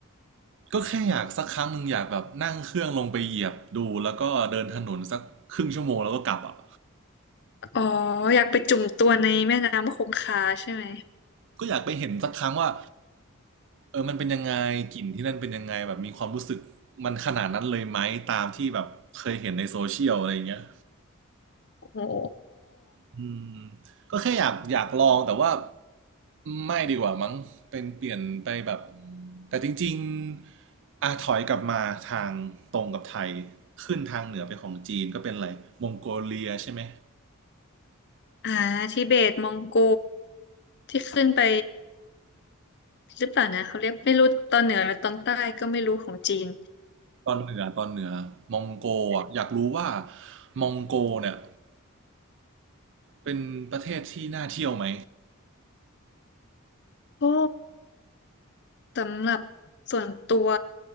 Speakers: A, on the right (about 60°); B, on the left (about 55°).
A: ก็แค่อยากสักครั้งหนึ่งอยากแบบนั่งเครื่องลงไปเหยียบดูแล้วก็เดินถนนสักครึ่งชั่วโมงแล้วก็กลับอ่ะ
B: อ๋ออยากไปจุ่มตัวในแม่น้ำคงคาใช่ไหม
A: ก็อยากไปเห็นสักครั้งว่าเออมันเป็นยังไงกลิ่นที่นั่นเป็นยังไงแบบมีความรู้สึกมันขนาดนั้นเลยไหมตามที่แบบเคยเห็นในโซเชียลอะไรอย่างเงี้ย
B: โอ้
A: อืมก็แค่อยากอยากลองแต่ว่าไม่ดีกว่ามั้งเป็นเปลี่ยนไปแบบแต่จริงๆอ่ะถอยกลับมาทางตรงกับไทยขึ้นทางเหนือไปของจีนก็เป็นอะไรมองโกเลียใช่ไหม
B: อ่าทิเบตมองโกที่ขึ้นไปหรือเปล่านะเขาเรียกไม่รู้ตอนเหนือหรือตอนใต้ก็ไม่รู้ของจีน
A: ตอนเหนือตอนเหนือมองโกอ่ะอยากรู้ว่ามองโกเนี่ย เป็นประเทศที่น่าเที่ยวไหม
B: ก็สำหรับส่วนตัว